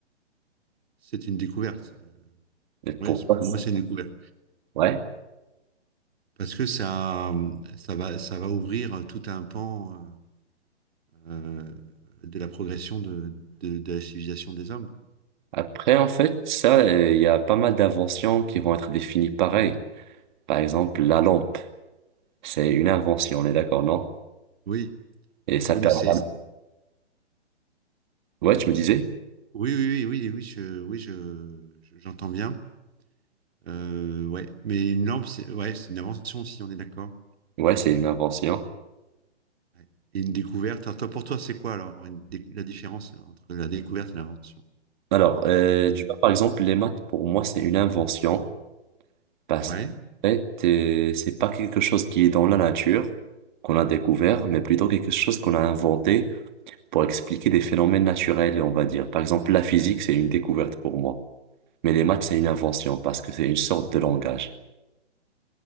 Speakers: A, on the right (about 65°); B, on the right (about 45°).
A: C'est une découverte. Euh,
B: Et pourquoi
A: ouais, c'est- pour
B: ça
A: moi, c'est une découverte.
B: Ouais.
A: Parce que ça, ça va, ça va ouvrir tout un pan euh, euh, de la progression de, de, de la civilisation des hommes.
B: Après, en fait, ça, euh, il y a pas mal d'inventions qui vont être définies pareil. Par exemple, la lampe, c'est une invention, on est d'accord, non?
A: Oui,
B: Et ça
A: oui,
B: permet...
A: mais c'est.
B: Ouais, tu me disais?
A: Oui, oui, oui, oui, oui, je, oui, je, je- j'entends bien. Euh, ouais, mais une lampe, c'est ouais, c'est une invention si on est d'accord.
B: Ouais, c'est une invention.
A: Ouais. Et une découverte. Alors, toi, pour toi, c'est quoi alors une dé- la différence entre la découverte et l'invention?
B: Alors, euh,
A: La
B: tu
A: nuance.
B: vois, par exemple, les maths, pour moi, c'est une invention parce
A: Ouais,
B: que en fait, euh, c'est pas quelque chose qui est dans la nature, qu'on a découvert, mais plutôt quelque chose qu'on a inventé pour expliquer des phénomènes naturels, on va dire. Par exemple, la physique, c'est une découverte pour moi, mais les maths, c'est une invention parce que c'est une sorte de langage.